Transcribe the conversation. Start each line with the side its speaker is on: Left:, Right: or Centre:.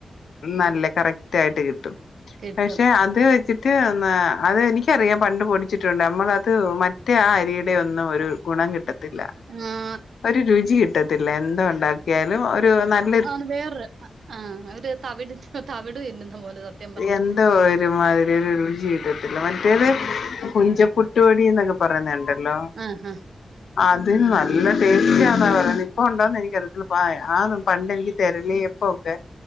Left: നല്ല കറക്റ്റ് ആയിട്ട് കിട്ടും
Right: കിട്ടും.
Left: പക്ഷെ അത് വെച്ചിട് മറ്റ അത് എനിക്കറിയാം പണ്ട് പൊടിച്ചിട്ടുണ്ട് നമ്മള് അത് മറ്റേ ആ അരിയുടെ ഒന്നും ഒരു ഗുണം കിട്ട ട്ട ത്തില്ല
Right: ആഹ്
Left: ഒരു രുചി കിട്ടത്തില്ല എന്ത് ഉണ്ടാക്കിയാലും ഒരു നല്ല
Right: ആത് വേറെ ആഹ് ഒര് തവിട് തവിട് തിന്നുന്ന പോലെ സത്യം പറഞ്ഞാൽ
Left: എന്തോ ഒരുമാതിരി ഒരു രുചി ഇട്ടത്തില്ല മറ്റേത് കുഞ്ചപ്പുട്ടപൊടിന്നൊക്കെ പറയുന്നുണ്ടല്ലോ
Right: ആഹ് ആഹ്
Left: അതിന് നല്ല ടേസ്റ്റിന്നാ പറയുന്നേ ഇപ്പ ഉണ്ടോന്ന് എനിക്കറിയത്തില്ല പായ ആതും പണ്ട് എനിക്ക് തരലി അപ്പം എപ്പോക്കെ